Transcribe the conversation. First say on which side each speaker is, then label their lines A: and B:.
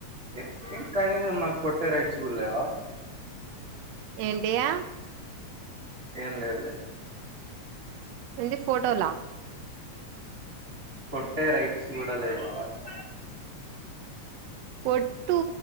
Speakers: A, on the right (about 30°); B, on the right (about 80°).
A: ఏ ఏ కానీలేఅమ్మ కొట్టే రైట్స్ కూడా లేవా?
B: ఏంటియా?
A: ఏం లేదులే.
B: ఎంది ఫోటోలా
A: కొట్టే రైట్స్ కూడా లేవా అంట
B: కొట్టు